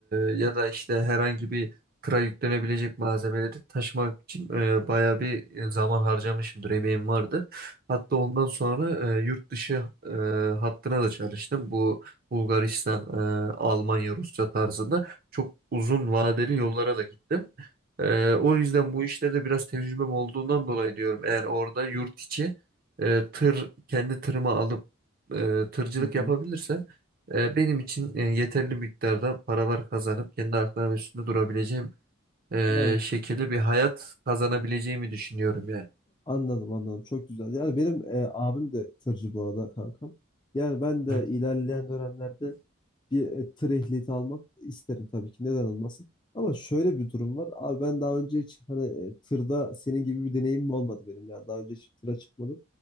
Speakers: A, on the right (about 45°); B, on the left (about 20°).
A: e, ya da işte herhangi bir tıra yüklenebilecek malzemeleri taşımak için e, bayağı bir e, zaman harcamışımdır. Emeğim vardır Hatta ondan sonra e, yurt dışı e, hattına da çalıştım. Bu Bulgaristan, e, Almanya, Rusya tarzında çok uzun vadeli yollara da gittim. E, o yüzden bu işlerde biraz tecrübem olduğundan dolayı diyorum. Eğer orada yurt içi e, tır kendi tırıma alıp e, tırcılık
B: Hı
A: yapabilirsem
B: hı.
A: e, benim için e, yeterli miktarda paralar kazanıp kendi ayaklarımın üstünde durabileceğim e,
B: Yani
A: şekilde bir hayat kazanabileceğimi düşünüyorum yani.
B: anladım anladım çok güzel. Yani benim e, abim de tırcı bu arada kankam. Yani ben de
A: Hı.
B: ilerleyen dönemlerde bir e, tır ehliyeti almak isterim tabii ki. Neden olmasın? Ama şöyle bir durum var. Abi ben daha önce hiç hani e, tırda senin gibi bir deneyimim olmadı benim. Yani daha önce hiç tıra çıkmadım.